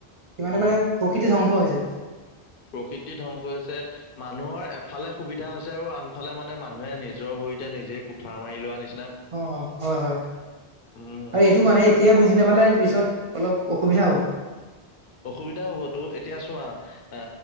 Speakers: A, on the right; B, on the left.
A: সিমানে
B: উম
A: মানে প্ৰকৃতি ধ্বংস হৈছে।
B: প্ৰকৃতি ধ্বংস হৈছে মানুহৰ এফালে সুবিধা হৈছে আৰু আনফালে মানে মানুহে নিজৰ ভৰিতে নিজে কুঠাৰ মাৰি লোৱা নি
A: অ অ হয় হয়
B: উম
A: আৰু এইটো মানে তেতিয়া বুজি নাপালে পিছত অলপ অসুবিধা হ'ব
B: অসুবিধা হ'বতো এতিয়া চোৱা আ